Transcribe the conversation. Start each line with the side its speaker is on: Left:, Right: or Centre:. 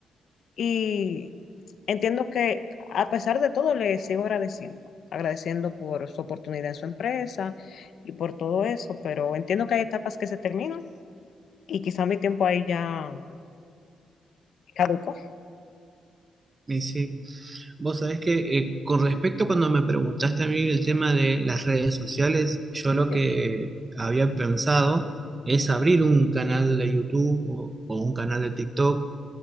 Left: Y entiendo que a pesar de todo le sigo agradeciendo, agradeciendo por su oportunidad en su empresa y por todo eso, pero entiendo que hay etapas que se terminan. y quizá mi tiempo ahí ya caduco.
Right: Y sí, vos sabés que eh, con respecto a cuando me preguntaste a mí el tema de las redes sociales, yo lo
Left: Sí.
Right: que había pensado es abrir un canal de YouTube o, o un canal de TikTok